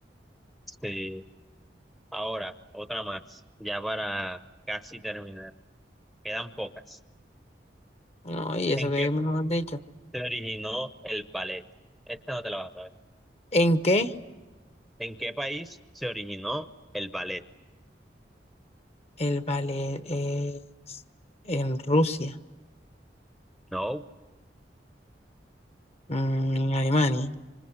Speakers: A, in the centre; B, on the left (about 40°).
A: Sí. Ahora, otra más, ya para casi terminar. Quedan pocas.
B: No, y eso
A: ¿En
B: que
A: qué
B: es mejor dicho.
A: se originó el ballet? Esta no te la vas a saber.
B: ¿En qué?
A: ¿En qué país se originó el ballet?
B: El ballet es en Rusia,
A: No,
B: mm, en Alemania,